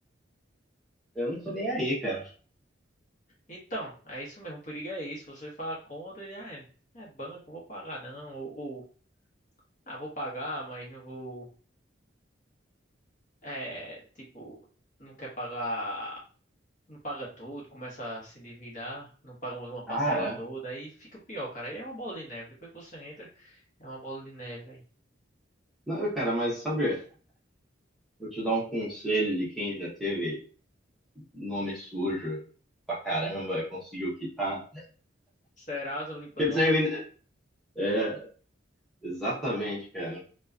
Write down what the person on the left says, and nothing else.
Então, é isso mesmo, o perigo é isso. Você faz a conta e já é, é banco, vou pagar não, ou, ou, ah, vou pagar, mas não vou, é, tipo, não quer pagar. não paga tudo, começa a se endividar, não paga uma uma parcela
toda, aí fica pior, cara. Aí é uma bola de neve. Depois que você entra, é uma bola de neve, velho.
Serasa limpando
homem,